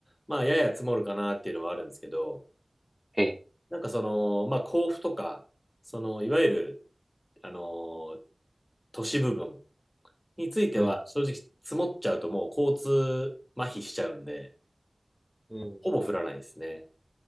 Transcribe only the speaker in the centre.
え、
うん、うん、